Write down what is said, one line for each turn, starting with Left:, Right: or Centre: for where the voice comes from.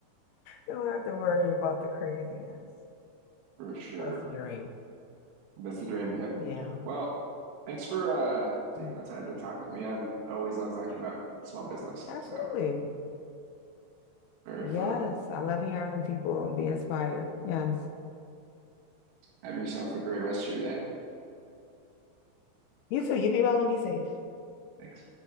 Left: You don't have to worry about the craziness.
Right: for sure.
Left: That's the dream.
Right: That's the dream. Yep.
Left: Yeah,
Right: Well, thanks for uh
Left: Mhm.
Right: taking the time to talk with me. I I always love talking about small business.
Left: absolutely.
Right: So very
Left: Yes,
Right: fun.
Left: I love hearing people be inspired. Yes.
Right: Have yourself a great rest of your day.
Left: You too. You be well and be safe.
Right: Thanks.